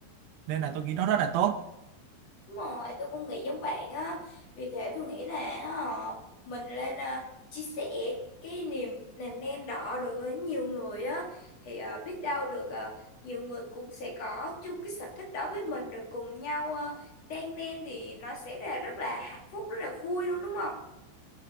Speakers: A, on the right (about 75°); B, on the left (about 45°).
A: nên là tôi nghĩ nó rất là tốt
B: Đúng rồi, tôi cũng nghĩ giống bạn á. Vì thế tôi nghĩ là ờ, mình lên ờ, chia sẻ cái niềm làm nên đó đối với nhiều người á thì ờ, biết đâu được ờ, nhiều người cũng sẽ có chung cái sở thích đó với mình rồi cùng nhau uh, đan nên thì nó sẽ là rất là hạnh phúc, rất là vui luôn đúng không?